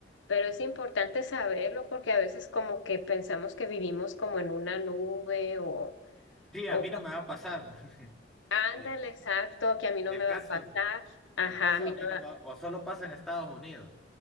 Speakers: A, on the left (about 85°); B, in the centre.
A: pero es importante saberlo porque a veces como que pensamos que vivimos como en una nube o,
B: Sí, a
A: o
B: mí no me va a pasar. <laughs>
A: ándale,
B: Eh,
A: exacto, que a mí no
B: el
A: me va
B: caso,
A: a pasar, ajá,
B: el caso
A: a mí
B: a mí
A: no,
B: no me va, o solo pasa en Estados Unidos.